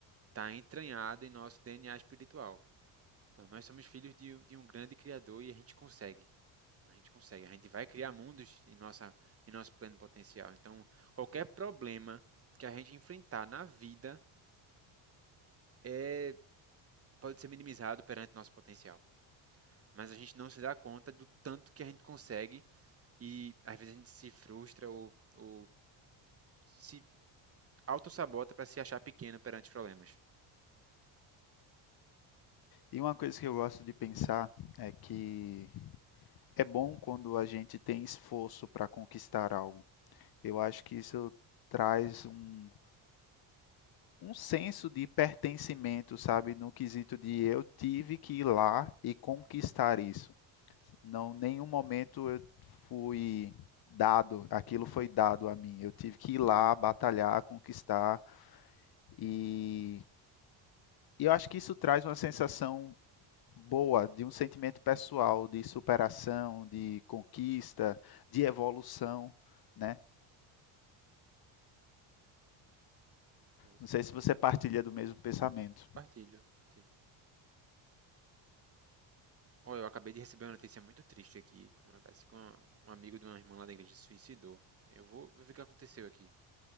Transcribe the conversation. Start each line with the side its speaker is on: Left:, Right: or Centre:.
Right: está entranhado em nosso DNA espiritual. Então, nós somos filhos de, um- de um grande Criador e a gente consegue. A gente consegue. A gente vai criar mundos em nossa, em nosso pleno potencial. Então, qualquer problema que a gente enfrentar na vida é, pode ser minimizado perante nosso potencial. Mas a gente não se dá conta do tanto que a gente consegue e às vezes a gente se frustra ou, ou se autossabota para se achar pequeno perante os problemas.
Left: E uma coisa que eu gosto de pensar é que É bom quando a gente tem esforço para conquistar algo. Eu acho que isso traz um, um senso de pertencimento, sabe? No quesito de eu tive que ir lá e conquistar isso. Não, nenhum momento eu fui dado, aquilo foi dado a mim. Eu tive que ir lá, batalhar, conquistar e, e eu acho que isso traz uma sensação boa, de um sentimento pessoal de superação, de conquista, de evolução, né?
Right: É isso
Left: Não sei
Right: mesmo.
Left: se você partilha do mesmo pensamento.
Right: Partilho, partilho. Oh, eu acabei de receber uma notícia muito triste aqui. Uma- Parece que uma- um amigo de uma irmã lá da igreja se suicidou. Eu vou, eu vou ver o que aconteceu aqui,